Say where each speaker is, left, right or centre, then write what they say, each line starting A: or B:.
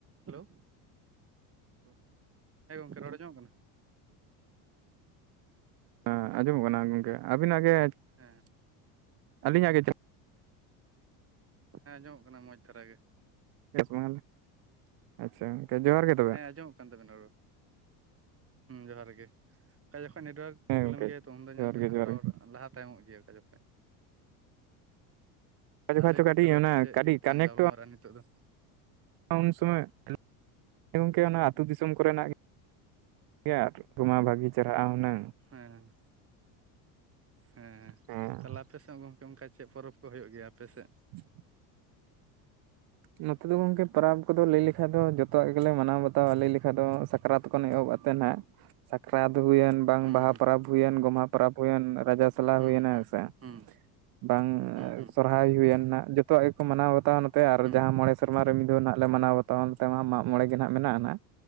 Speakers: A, on the right; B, on the right.
A: Hello ᱦᱮᱸ ᱜᱚᱝᱠᱮ ᱨᱚᱲ ᱟᱸᱡᱚᱢᱚᱜ ᱠᱟᱱᱟ?
B: ᱦᱮᱸ ᱟᱸᱡᱚᱢᱚᱜ ᱠᱟᱱᱟ ᱜᱚᱝᱠᱮ ᱟᱹᱵᱤᱱ ᱟᱜᱮ
A: ᱦᱮᱸ
B: <inaudible> ᱟᱹᱞᱤᱧ ᱟᱜᱮ <unintelligible>
A: ᱦᱮᱸ ᱟᱸᱡᱚᱢᱚᱜ ᱠᱟᱱᱟ ᱢᱚᱡᱽ ᱫᱷᱟᱨᱟ ᱜᱮ᱾
B: <unintelligible> ᱟᱪᱪᱷᱟ ᱜᱚᱝᱠᱮ ᱡᱚᱦᱟᱨ ᱜᱮ᱾ ᱛᱚᱵᱮ
A: ᱦᱮᱸ ᱟᱸᱡᱚᱢᱚᱜ ᱠᱟᱱ ᱛᱟᱵᱮᱱᱟ ᱨᱚᱲ ᱦᱩᱸ ᱡᱚᱦᱟᱨ ᱜᱮ᱾ ᱚᱠᱟ ᱡᱚᱠᱷᱚᱱ ᱱᱮᱴᱣᱟᱨᱠ
B: ᱦᱮᱸ
A: ᱯᱨᱚᱵᱞᱮᱢ
B: ᱜᱚᱝᱠᱮ
A: ᱜᱮᱭᱟ ᱛᱚ ᱩᱱᱫᱚ
B: ᱡᱚᱦᱟᱨ
A: ᱧᱮᱞ ᱵᱮᱱ
B: ᱜᱮ
A: ᱦᱟᱸᱜ
B: ᱡᱚᱦᱟᱨ
A: ᱨᱚᱲ
B: ᱜᱮ
A: ᱞᱟᱦᱟ ᱛᱟᱭᱚᱢᱚᱜ ᱜᱮᱭᱟ ᱚᱠᱟ ᱡᱚᱠᱷᱚᱱ᱾
B: ᱚᱠᱟ ᱡᱚᱠᱷᱟ
A: ᱟᱨ ᱞᱟᱹᱭ
B: ᱪᱚ
A: ᱵᱤᱱ
B: ᱠᱟᱹᱴᱤᱡ
A: ᱛᱟᱦᱚᱞᱮ
B: ᱚᱱᱟ
A: ᱪᱮᱫ
B: ᱠᱟᱹᱴᱤᱡ
A: ᱤᱫᱤ ᱠᱟᱛᱮᱜ
B: ᱠᱟᱱᱮᱠᱴᱚᱜᱼᱟ
A: ᱞᱟᱝ ᱜᱟᱞᱢᱟᱨᱟᱜ ᱱᱤᱛᱳᱜ ᱫᱚ?
B: ᱩᱱ ᱥᱚᱢᱚᱭ <inaudible> ᱜᱚᱝᱠᱮ ᱚᱱᱟ ᱟᱛᱩ ᱫᱤᱥᱚᱢ ᱠᱚᱨᱮᱱᱟᱜ ᱜᱮ᱾ ᱴᱷᱤᱠ ᱜᱮᱭᱟ ᱟᱨ ᱛᱚᱢᱟ ᱵᱷᱟᱜᱤ ᱪᱟᱨᱦᱟᱜᱼᱟ ᱦᱩᱱᱟᱹᱝ
A: ᱦᱮᱸ᱾ ᱦᱮᱸ
B: ᱦᱮᱸ
A: ᱛᱟᱦᱚᱞᱮ ᱟᱯᱮ ᱥᱮᱫ ᱜᱚᱝᱠᱮ ᱚᱱᱠᱟ ᱪᱮᱫ ᱯᱚᱨᱚᱵᱽ ᱠᱚ ᱦᱩᱭᱩᱜ ᱜᱮᱭᱟ ᱟᱯᱮᱥᱮᱫ?
B: <inaudible> ᱱᱚᱛᱮ ᱫᱚ ᱜᱚᱝᱠᱮ ᱯᱟᱨᱟᱵᱽ ᱠᱚᱫᱚ ᱞᱟᱹᱭ ᱞᱮᱠᱷᱟᱡ ᱫᱚ ᱡᱚᱛᱚᱣᱟᱜ ᱜᱮᱞᱮ ᱢᱟᱱᱟᱣ ᱵᱟᱛᱟᱣᱟ᱾ ᱞᱟᱹᱭ ᱞᱮᱠᱷᱟᱡ ᱫᱚ ᱥᱟᱠᱨᱟᱛ ᱠᱷᱚᱱ ᱮᱦᱚᱵ ᱟᱛ ᱛᱮ ᱱᱟᱦᱟᱜ ᱥᱟᱠᱨᱟᱛ ᱦᱩᱭᱮᱱ, ᱵᱟᱝ
A: ᱦᱩᱸ
B: ᱵᱟᱦᱟ
A: ᱦᱩᱸ
B: ᱯᱟᱹᱨᱟᱹᱵᱽ ᱦᱩᱭᱮᱱ, ᱜᱚᱢᱦᱟ ᱯᱟᱹᱨᱟᱹᱯ ᱦᱩᱭᱮᱱ ᱨᱟᱡᱟ ᱥᱟᱞᱟ
A: ᱦᱩᱸ
B: ᱦᱩᱭᱮᱱᱟ
A: ᱦᱩᱸ
B: ᱦᱮᱸ ᱥᱮ,
A: ᱦᱩᱸ
B: ᱵᱟᱝ
A: ᱦᱩᱸ ᱦᱩᱸ
B: ᱥᱚᱨᱦᱟᱭ ᱦᱩᱭᱮᱱ ᱱᱟᱦᱟᱜ ᱡᱚᱛᱚᱣᱟᱜ ᱜᱮᱠᱚ ᱢᱟᱱᱟᱣ ᱵᱟᱛᱟᱣᱟ ᱱᱚᱛᱮ ᱟᱨ ᱟᱨ
A: ᱦᱩᱸ
B: ᱡᱟᱦᱟᱸ ᱢᱚᱬᱮ ᱥᱮᱨᱢᱟ ᱨᱮ ᱢᱤᱫ ᱫᱟᱣ ᱜᱮᱞᱮ ᱢᱟᱱᱟᱣ ᱵᱟᱛᱟᱣᱟ, ᱚᱱᱛᱮᱢᱟ ᱢᱟᱜ ᱢᱚᱬᱮ ᱜᱮ ᱱᱟᱜ ᱢᱮᱱᱟᱜᱼᱟ ᱱᱟᱱᱟᱜ᱾